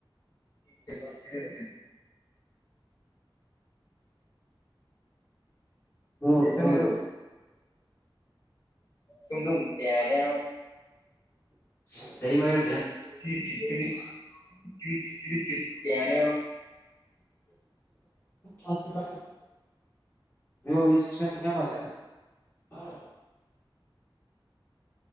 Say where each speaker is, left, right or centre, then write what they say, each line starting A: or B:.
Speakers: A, on the left; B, on the left.
A: ಬಿಟ್ಟಟ್ಟ
B: ಹ್ಮ್ ಹ್ಮ್
A: ಸುಮ್ನಿರು ತುಮದುು ತಡೆ
B: ಮ
A: ಚ ಚ ಚ ಚ ಚನ
B: ಹಪಿಟ ನೀವು ವಿ ಶಿಕ್ಷಣ ನಿಯಮತ್ ಹ